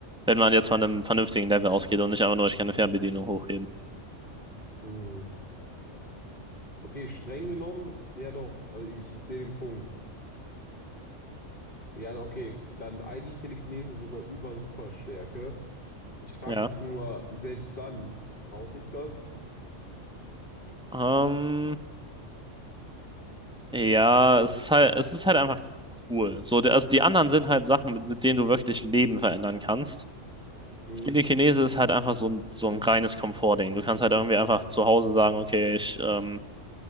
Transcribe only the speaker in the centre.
Wenn man jetzt von einem vernünftigen Level ausgeht und nicht einfach nur, ich kann eine Fernbedienung hochheben.
Ja.
Ähm, Ja, es ist halt, es ist halt einfach cool. So, der- also die anderen sind halt Sachen, mit, mit denen du wirklich Leben verändern kannst.
Telekinese ist halt einfach so ein, so ein reines Komfortding. Du kannst halt irgendwie einfach zu Hause sagen, okay, ich, ähm,